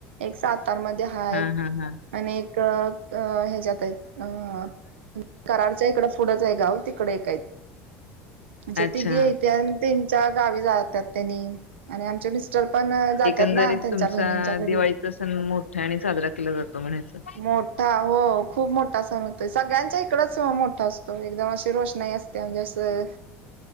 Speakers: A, on the right (about 70°); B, on the left (about 85°).
A: एक सातार मध्ये हायत
B: हा हा हा
A: आणि एक अ हेज्यात आहेत अ कराडच्या इकडं फुडच आहे गाव तिकड एक आहेत अश्या
B: अच्छा
A: तिघी हयात्या आणि तेन च्या गावी जात्यात तेनी आणि आमचे मिस्टर पण जात्यात
B: एकंदरीत
A: ना त्यांच्या
B: तुमचा
A: बहिणींच्या घरी
B: दिवाळीचा सण मोठ्यांनी साजरा केला जातो म्हणायचं
A: मोठा हो खूप मोठा सण होतोय सगळ्यांच्या इकडच मोठा असतो एकदम असं रोषणाई असत्या म्हणजे असं